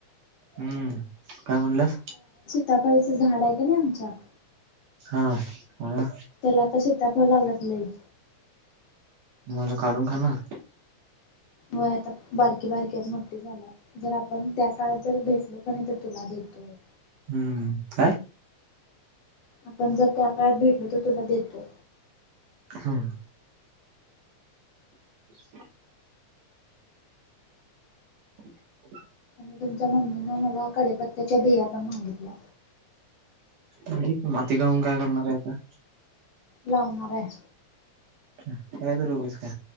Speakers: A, on the right; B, on the left.
A: हम्म काय म्हणाल्यास?
B: सिताफळीचं झाड आहे का नाही आमच्या
A: हा मला
B: त्याला आता सिताफळ लागल्यात लय <inaudible>
A: मग काय काढून खाणार?
B: होय आता बारकी बारकी आहेत मोठी झाल्यावर जर आपण त्या काळात जर भेटलो कानाय तर तुला देतो. ह <unintelligible>
A: हम्म काय?
B: आपण जर त्या काळात भेटलो तर तुला देतो.
A: हा. <inaudible> हो <inaudible>
B: आणि तुमच्या मम्मीनं मला कडिपत्त्याच्या बिया पण मागितल्या.
A: म्हण माती खाऊन काय करणार आहे आता.
B: लावणाराय‌
A: काय तर उगीच का